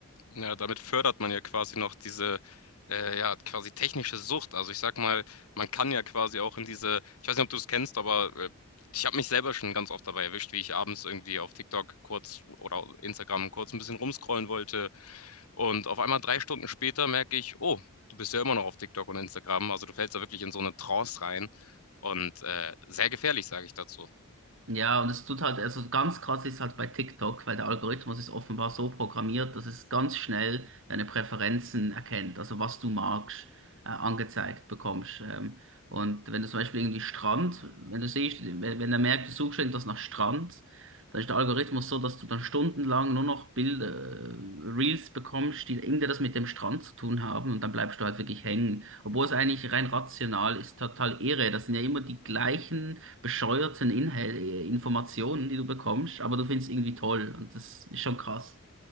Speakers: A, on the left (about 80°); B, on the right (about 60°).
A: Ja, damit fördert man ja quasi noch diese, äh, ja, quasi technische Sucht. Also ich sag mal, man kann ja quasi auch in diese, ich weiß nicht, ob du es kennst, aber äh, ich habe mich selber schon ganz oft dabei erwischt, wie ich abends irgendwie auf TikTok kurz oder Instagram kurz ein bisschen rumscrollen wollte. Und auf einmal drei Stunden später merke ich, oh, du bist ja immer noch auf TikTok und Instagram. Also du fällst da wirklich in so eine Trance rein. Und äh, sehr gefährlich, sage ich dazu.
B: Ja, und es tut halt, also ganz krass ist halt bei TikTok, weil der Algorithmus ist offenbar so programmiert, dass es ganz schnell deine Präferenzen erkennt, also was du magst, äh, angezeigt bekommst. Ähm, und wenn du zum Beispiel irgendwie Strand, wenn du siehst, wenn, wenn er merkt, du suchst irgendwas nach Strand, dann ist der Algorithmus so, dass du dann stundenlang nur noch Bilder, äh, Reels bekommst, die irgendwie das mit dem Strand zu tun haben und dann bleibst du halt wirklich hängen. Obwohl es eigentlich rein rational ist, total irre. Das sind ja immer die gleichen bescheuerten Inhal äh, Informationen, die du bekommst, aber du findest irgendwie toll und das ist schon krass.